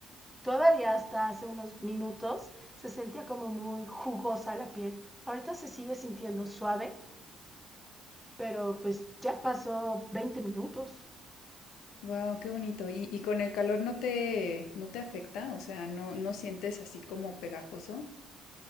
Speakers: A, in the centre; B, on the left (about 75°).
A: todavía hasta hace unos minutos se sentía como muy jugosa la piel. Ahorita se sigue sintiendo suave, pero pues ya pasó 20 minutos.
B: Wow, qué bonito. ¿Y, y con el calor no te, no te afecta? O sea, no, no sientes así como pegajoso.